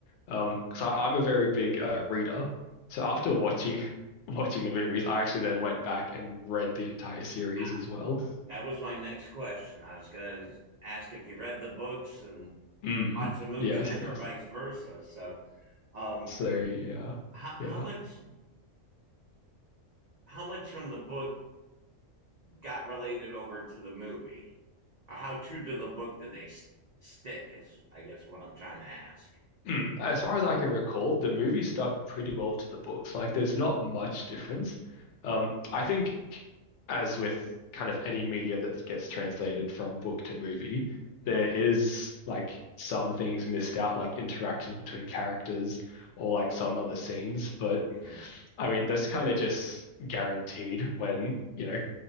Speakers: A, on the left; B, on the right.
A: Um, because I, I'm a very big uh, reader, so after watching <laughs> watching the movies, I actually then went back and read the entire series
B: I,
A: as well.
B: That was my next question. I was going to ask if you read the books and
A: Mm,
B: watched the movie
A: yes,
B: then,
A: yes.
B: or vice versa. So, um,
A: So yeah,
B: how
A: yeah.
B: how much how much from the book got related over to the movie? Or how true to the book did they s- stick? Is I guess what I'm trying to ask.
A: Mm. As far as I can recall, the movie stuck pretty well to the books. Like there's not much difference. Um, I think as with kind of any media that gets translated from book to movie, there is like some things missed out, like interactions between characters or like some other scenes. But
B: hmm
A: I mean, that's kind of just guaranteed when, you know,